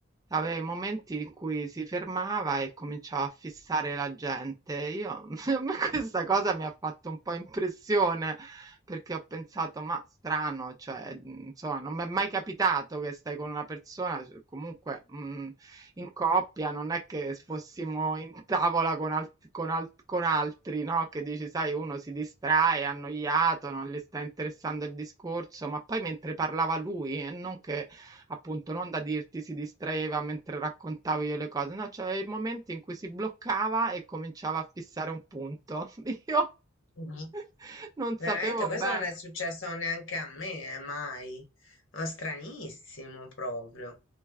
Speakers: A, on the right; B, on the left.
A: aveva i momenti in cui si fermava e cominciava a fissare la gente. Io, <laughs> a me questa cosa mi ha fatto un po' impressione perché ho pensato, ma strano, cioè, mh, insomma, non mi è mai capitato che stai con una persona, cioè, comunque mh, in coppia, non è che fossimo in tavola con, alt- con, alt- con altri, no? Che dici, sai, uno si distrae, è annoiato, non gli sta interessando il discorso, ma poi mentre parlava lui, e non che appunto non da dirti si distraeva mentre raccontavo io le cose, no, c'aveva i momenti in cui si bloccava e cominciava a fissare un punto. Io
B: mh.
A: <laughs> non sapevo
B: Veramente questo
A: bene.
B: non è successo neanche a me, eh, mai. Ma stranissimo proprio.